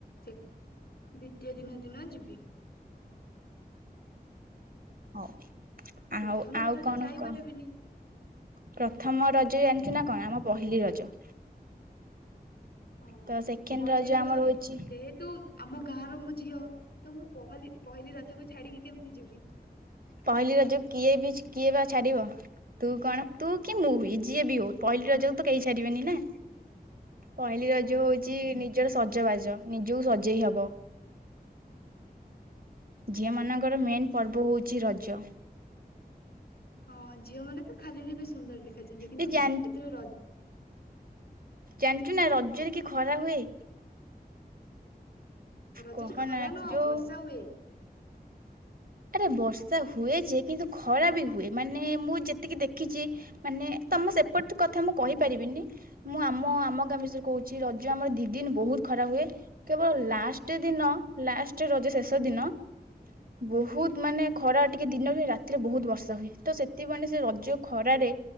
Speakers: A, on the left; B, on the right.
A: ସେ ଦ୍ଵିତୀୟ ଦିନ ଦିନ ଯିବି।
B: ହଉ।
A: ପ୍ରଥମ
B: ଆଉ ଆଉ
A: ରଜ ତ
B: କଣ
A: ଯାଇପାରିବିନି
B: କହ। ପ୍ରଥମ ରଜ ଜାଣିଛୁ ନା କଣ ଆମ ପହିଲି ରଜ।
A: ହଁ
B: ତ ସେକେଣ୍ଡ
A: ପହିଲି ରଜ
B: ଆମର ହଉଛି
A: ଯେହେତୁ ଆମ ଗାଁର ମୁଁ ଝିଅ ତ ମୁଁ ପହଲି ପହିଲି ରଜ କୁ ଛାଡିକି କେମିତି ଯିବି।
B: ପହିଲି ରଜ କିଏ ବି କିଏ ବା ଛାଡିବ। ତୁ କଣ ତୁ କି ମୁଁ ହୁଏ ଯିଏ ବି ହଉ ପହିଲି ରଜକୁ ତ କେହି ଛଡିବେନି ନା। ପହିଲି ରଜ
A: ହଁ
B: ହଉଛି ନିଜର ସଜବାଜ, ନିଜକୁ ସଜେଇ ହବ। ଝିଅ ମାନଙ୍କର ମେନ୍ ପର୍ବ ହଉଛି ରଜ।
A: ହଁ, ଝିଅ ମାନେ ତ ଖାଲିରେ ବି ସୁନ୍ଦର ଦେଖାଯଛନ୍ତି। କିନ୍ତୁ
B: ଏ ଜାଣି
A: ଯେତେବେଳେ ରଜ
B: ଜାଣିଛୁ ନା ରଜରେ କି ଖରା ହୁଏ।
A: ରଜ
B: କହନା
A: ରେ ଖରା ନୁହଁ
B: ଯୋଉ
A: ବର୍ଷା ହୁଏ।
B: ଆରେ ବର୍ଷା ହୁଏ ଯେ କିନ୍ତୁ, ଖରା ବି ହୁଏ ମାନେ ମୁଁ ଯେତିକି ଦେଖିଛି ମାନେ ତମ ସେପଟ କଥା ମୁଁ କହିପାରିବିନି। ମୁଁ ଆମ ଆମ ଗାଁ ବିଷୟରେ କହୁଛିି ରଜ ଆମର ଦି ଦିନ ବହୁତ ଖରା ହୁଏ। କେବଳ ଲାଷ୍ଟ ଦିନ ଲାଷ୍ଟ ରଜ ଶେଷ ଦିନ ବହୁତ ବହୁତ ମାନେ ଖରା ଟିକେ ଦିନରେ ରାତିରେ ବହୁତ ବର୍ଷା ହୁଏ ତ ସେଥିପାଇଁ ସେ ରଜ ଖରାରେ